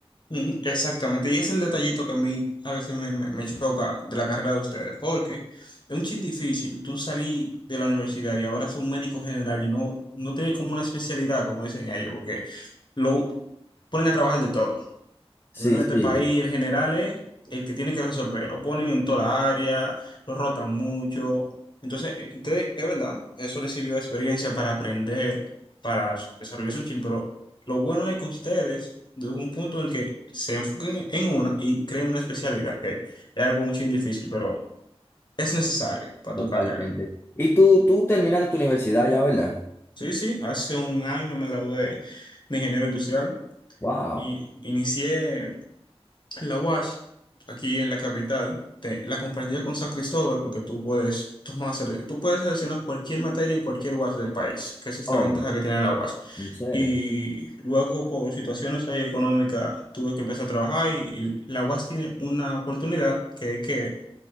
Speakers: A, on the left; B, on the left.
A: Ujú, Exactamente. Y es el detallito que a mí a veces me, me, me choca de la carrera de ustedes, porque es un chin difícil. Tú salí de la universidad y ahora sos un médico general y no, no tienes como una especialidad, como dicen ellos, porque lo ponen a trabajar de todo.
B: Sí,
A: Al menos en este
B: sí,
A: país, el general es el que tiene que resolver. Lo ponen en toda la área, lo rotan mucho. Entonces, eh, ustedes, es verdad, eso les sirvió de experiencia para aprender, para desarrollarse un chin, pero lo bueno es que ustedes, de un punto en el que se enfoquen en una y creen una especialidad, que es algo un chin difícil, pero es necesario para
B: totalmente.
A: tu carrera.
B: Y tú, tú terminaste tu universidad ya, ¿verdad?
A: Sí, sí, hace un año me gradué de ingeniero industrial
B: Wow.
A: y inicié. La UASH, aquí en la capital, te- la compartía con San Cristóbal porque tú puedes tomar, tú puedes seleccionar cualquier materia en cualquier UASH del país, que esa es
B: Oh,
A: la ventaja que tiene la UASH.
B: en serio.
A: Y luego, por situaciones ahí económicas, tuve que empezar a trabajar y, y la UASH tiene una oportunidad que es que